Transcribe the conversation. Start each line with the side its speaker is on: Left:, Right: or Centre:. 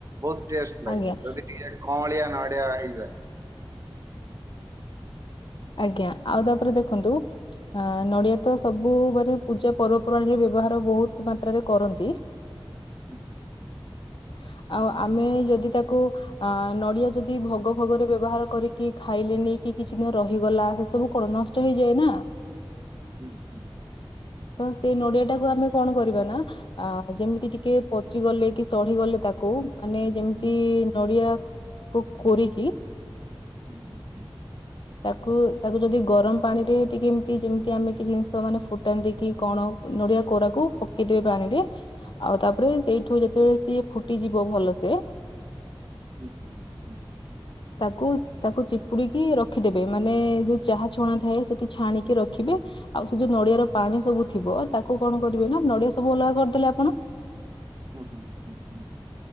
Right: ବହୁତ ଟେଷ୍ଟ ଲାଗେ
Left: ଆଜ୍ଞା।
Right: ଯଦି ଟିକେ କଅଁଳିଆ ନଡିଆ ରଇଯାଏ।
Left: ଆଜ୍ଞା ଆଉ ତାପରେ ଦେଖନ୍ତୁ ଅ ନଡିଆ ତ ସବୁ ମାନେ ପୂଜା ପର୍ବପର୍ବାଣୀରେ ବ୍ୟବହାର ବହୁତ ମାତ୍ରାରେ କରନ୍ତି।
Right: ହୁଁ ହୁଁ।
Left: <inaudible> ଆଉ ଆମେ ଯଦି ତାକୁ ଅ ନଡିଆ ଯଦି ଭୋଗ ଭୋଗରେ ବ୍ୟବହାର କରିକି ଖାଇଲେନି କିଛି ନୁହଁ ରହିଗଲା ସେ ସବୁ କଣ ନଷ୍ଟ ହେଇଯାଏ ନା
Right: ହୁଁ ହୁଁ।
Left: ତ ସେଇ ନଡିଆ ଟାକୁ ଆମେ କଣ କରିବା ନା ଯେମିତି ଟିକେ ପଚି ଗଲେ କି ସଢିଗଲେ ତାକୁ ମାନେ ଯେମିତି
Right: ହୁଁ
Left: ନଡିଆ କୁ କୋରିକି
Right: ହୁଁ ହୁଁ ହୁଁ।
Left: ତାକୁ ତାକୁ ଯଦି ଗରମ ପାଣି ରେ ଟିକେ ଏମିତି ଯେମତି ଆମେ କି ଜିନିଷ ମାନେ ଫୁଟାନ୍ତି କି କଣ ନଡିଆ କୋରା କକୁ
Right: ହୁଁ ହୁଁ
Left: ପକେଇଦବେ ପାଣି ରେ ଆଉ ତାପରେ
Right: ହୁଁ।
Left: ସେଇଠୁ ଯେତେବେଳେ ସିଏ ଫୁଟିଯିବ ଭଲସେ
Right: ହୁଁ ହୁଁ ହୁଁ।
Left: ତାକୁ ତାକୁ ଚିପୁଡିକି ରଖିଦେ ମାନେ ଯୋଉ ଚାହା ଛଣା ଥାଏ ସେଠି ଛାଣିକି ରଖିବେ ଆଉ ଯୋଉ ନଡିଆର ପାଣି ସବୁ ଥିବ ତାକୁ କଣ କରିବେ ନା ନଡିଆ ସବୁ ଅଲଗା କରିଦେଲେ ଆପଣ
Right: ହୁଁ ହୁଁ ହୁଁ ହୁଁ।